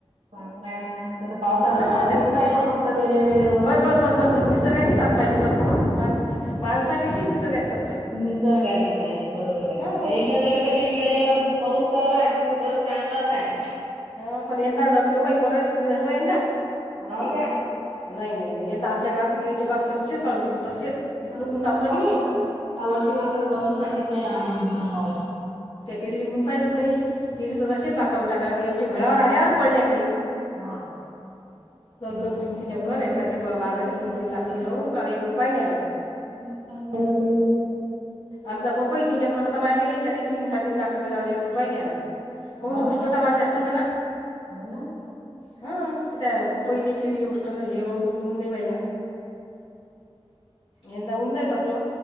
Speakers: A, on the right (about 80°); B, on the left (about 60°).
A: काय ना तर पावसान
B: हा
A: साद दिली
B: ते
A: पाहिजे फक्क वेळे वेळेवर
B: बस बस बस बस बस निसर्गाची साथ पाहिजे बस मान माणसापेक्षा निसर्गाात
A: निसर्गाची पाहिजे बरोबर आहे
B: हां
A: त्या न जर
B: तेच
A: कधी वेळेवर पाऊस आरवा कि जस चांगलाच आहे
B: ह पण यंदा बाई कोणाच पिकनिक झालं ब यंदा
A: हो का...
B: नाही नाही नाही यंदा आमच्या गावात किडीचे बाग तसेच काढून ठेकली तसेच... इथलं
A: द
B: ऊन तापलं की नाही
A: वर्षी नंतर कमी सांगितलेलं आहे ऊ...
B: किडी गुनपायजत नाही किडी तर तसेच बाकाळून टाकाय लागली आमच्या घराळावर आल्यावर पडल्या किडी...
A: हा बाप...
B: दोन तीन तीन
A: त्यांवर
B: एकर एकराचे
A: किती
B: ब-
A: नुकसान
B: बाग होती
A: झालं
B: तीन
A: समजा
B: तीन लाख
A: त्यांचं
B: रुपये लावून का एक रुपया नाही आला
A: नुकसान झालं त्यांच
B: आमचा पप्पई तीन एककररता माम त्या तीन साडे तीन लाख रुपय लावले एक रुपया नाही याला कोणत
A: हाव
B: उष्णता
A: का?
B: मन जास्त होते ना
A: हो ना.
B: ह त्या पहिले केडीले उष्ण हें उ उऊन नाही पाहिजे ना यंदा उलाय त आपलं